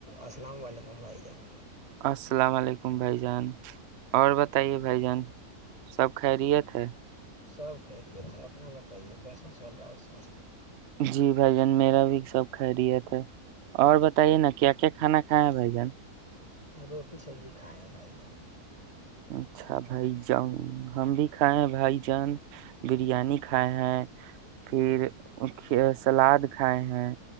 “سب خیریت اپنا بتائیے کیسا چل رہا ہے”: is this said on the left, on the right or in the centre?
Left